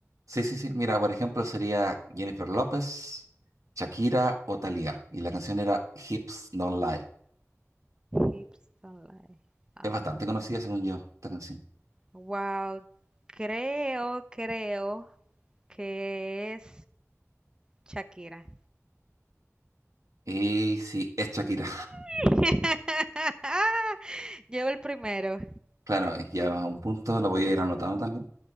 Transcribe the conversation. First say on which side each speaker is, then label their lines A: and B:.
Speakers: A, on the right; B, on the right.
A: sí, sí, sí. Mira, por ejemplo, sería Jennifer López, Shakira o Thalía. Y la canción era Hips Don't Lie.
B: Hips Don't Lie.
A: Es bastante
B: Am,
A: conocida, según yo, esta canción.
B: wow, creo, creo que es Shakira.
A: Y sí, es Shakira.
B: <laughs> Llevo el primero.
A: Claro, ya a un punto lo voy a ir anotando también.